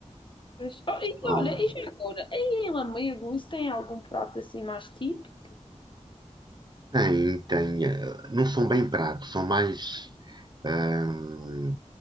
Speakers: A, on the left; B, on the right.
A: Pois, oh, e
B: ah, vão-
A: olha, e já agora? Aí em Lamego, isso tem algum prato assim mais típico?
B: tem, tem, ah, não são bem pratos, são mais ah,